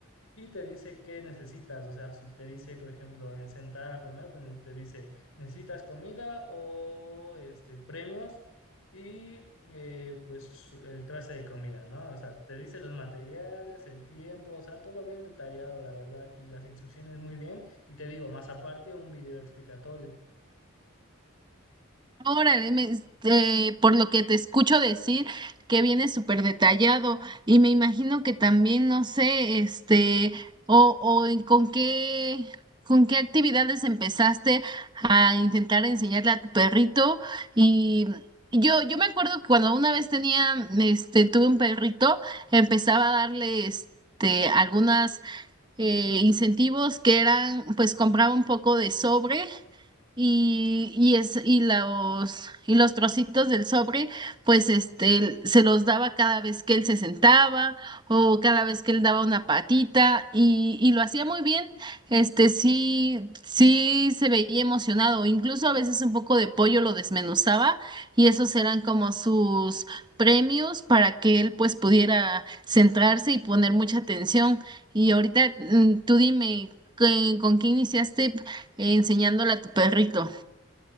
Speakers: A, on the left; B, on the right.
A: y te dice qué necesitas. O sea, si te dice, por ejemplo, en sentar a comer, pues te dice, ¿necesitas comida o este, premios? Y eh, pues su- el trace de comida, ¿no? O sea, te dice los materiales, el tiempo, o sea, todo bien detallado, la verdad, y las instrucciones muy bien. Y te digo, más aparte, un video explicatorio.
B: Órale, me- este, por lo que te escucho decir que viene súper detallado y me imagino que también, no sé, este, o, o en- con qué, con qué actividades empezaste a intentar enseñarle a tu perrito y... Yo, yo me acuerdo que cuando una vez tenía, este, tuve un perrito, empezaba a darle, este, algunas eh, incentivos que eran, pues compraba un poco de sobre y, y, es, y, los, y los trocitos del sobre, pues este, se los daba cada vez que él se sentaba o cada vez que él daba una patita y, y lo hacía muy bien, este, sí, sí se veía emocionado, incluso a veces un poco de pollo lo desmenuzaba y esos eran como sus premios para que él pues pudiera centrarse y poner mucha atención. Y ahorita mm, tú dime, ¿qué- ¿con qué iniciaste? enseñándole a tu perrito.